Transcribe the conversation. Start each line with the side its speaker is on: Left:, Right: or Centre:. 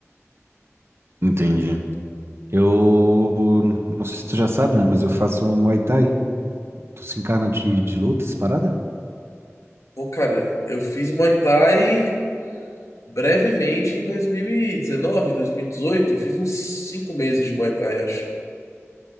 Right: Entendi. Eu. Não sei se tu já sabe, né? Mas eu faço Muay Thai. Tu se encarna de, de luta, essa parada?
Left: Pô, cara, eu fiz Muay Thai brevemente em 2019, 2018. Eu fiz uns cinco meses de Muay Thai, acho.